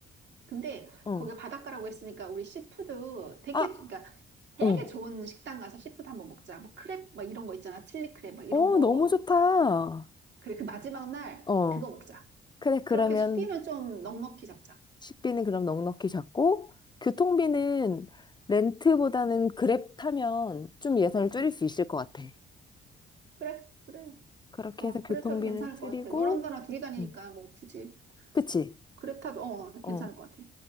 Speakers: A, on the right (about 65°); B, on the left (about 20°).
A: 근데
B: 어,
A: 거기 바닷가라고 했으니까 우리 씨푸드 되게,
B: 아,
A: 그러니까 되게
B: 어,
A: 좋은 식당 가서 씨푸드 한번 먹자. 뭐 크랩 막 이런 거 있잖아. 칠리 크랩 막 이런
B: 어,
A: 거.
B: 너무 좋다.
A: 그래, 그 마지막 날
B: 어.
A: 그거 먹자.
B: 그래, 그러면
A: 그렇게 식비는 좀 넉넉히 잡자.
B: 식비는 그럼 넉넉히 잡고, 교통비는 렌트보다는 그랩 타면 좀 예산을 줄일
A: 음,
B: 수 있을 것 같아.
A: 그래, 그래.
B: 그렇게
A: 어,
B: 해서
A: 그래
B: 교통비는
A: 타도 괜찮을
B: 줄이고,
A: 것 같아. 너랑 나랑 둘이 다니니까
B: 음,
A: 뭐 굳이
B: 그치?
A: 그래 타도 어,
B: 어.
A: 괜찮을 것 같아.